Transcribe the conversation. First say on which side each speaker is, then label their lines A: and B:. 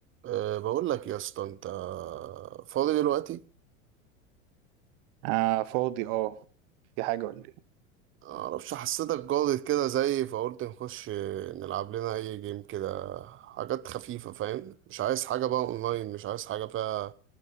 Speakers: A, on the right; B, on the right.
A: أه بقول لك يا اسطى انت فاضي دلوقتي
B: آه فاضي اه في حاجة ولا ايه
A: معرفش حسيتك جاضد كده زي فقلت نخش نلعب لنا اي جيم كده حاجات خفيفة فاهم مش عايز حاجة بقى اونلاين مش عايز حاجة فيها